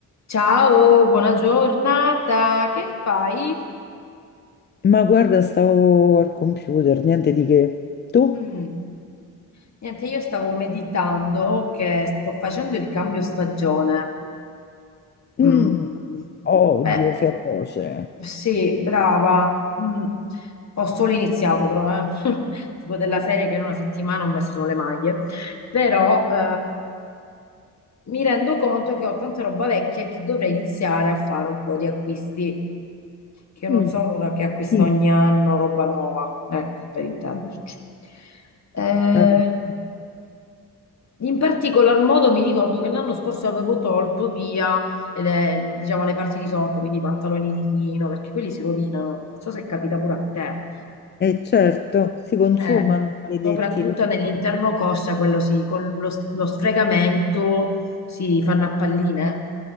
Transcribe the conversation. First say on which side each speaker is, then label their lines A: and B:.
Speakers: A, on the left; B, on the left.
A: Ciao, buona giornata, che fai?
B: Ma guarda, stavo al computer, niente di che. Tu?
A: Mm, Niente, io stavo meditando che sto facendo il cambio stagione. Mm,
B: Mm, odio
A: Beh,
B: feroce.
A: Sì, brava. Mm. Ho solo iniziato però, eh. <laughs> Tipo della serie che in una settimana ho messo solo le maglie. Però eh, mi rendo conto che ho tanta roba vecchia e che dovrei iniziare a fare un po' di acquisti, che io
B: Mm,
A: non sono una che acquista
B: sì.
A: ogni anno roba nuova, ecco, per intenderci. Eh,
B: Eh,
A: in particolar modo mi ricordo che l'anno scorso avevo tolto via, le, diciamo, le parti di sotto, quindi i pantaloni di lino, perché quelli si rovinano. Non so se capita pure a te.
B: eh, certo, si consumano,
A: Eh,
B: maledetti
A: soprattutto
B: loro.
A: nell'interno coscia, quello sì, con lo, lo sfregamento si fanno a palline.